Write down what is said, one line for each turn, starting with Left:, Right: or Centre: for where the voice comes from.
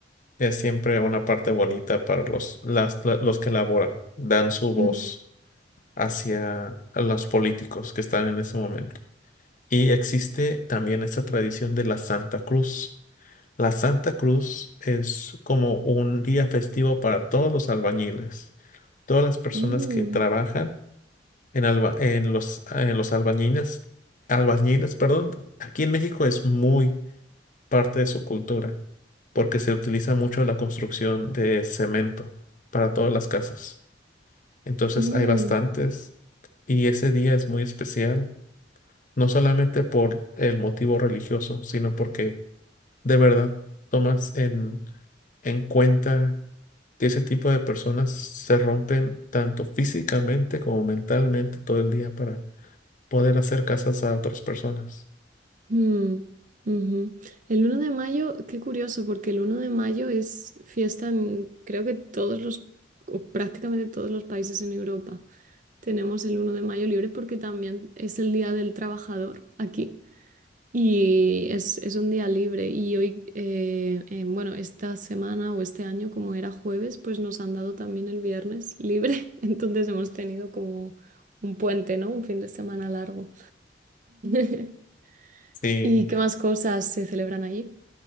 Left: Es siempre una parte bonita para los, las cla- los que laboran, dan su voz
Right: Ujú,
Left: hacia los políticos que están en ese momento. Y existe también esta tradición de la Santa Cruz. La Santa Cruz es como un día festivo para todos los albañiles todas las personas
Right: mm,
Left: que trabajan en, alba- en los, en los albañiles, albañiles, perdón, aquí en México es muy parte de su cultura, porque se utiliza mucho la construcción de cemento para todas las casas. Entonces
Right: mm.
Left: hay bastantes y ese día es muy especial, no solamente por el motivo religioso, sino porque de verdad tomas en en cuenta que ese tipo de personas se rompen tanto físicamente como mentalmente todo el día para poder hacer casas a otras personas.
Right: Mm, ujú. El uno de mayo, qué curioso, porque el uno de mayo es fiesta en creo que todos los, o prácticamente todos los países en Europa. Tenemos el uno de mayo libre porque también es el Día del Trabajador aquí. Y es, es un día libre. Y hoy, eh, eh, bueno, esta semana o este año, como era jueves, pues nos han dado también el viernes libre. <laughs> Entonces hemos tenido como un puente, ¿no? Un fin de semana largo. <laughs>
Left: Sí,
Right: ¿Y qué más cosas se celebran allí?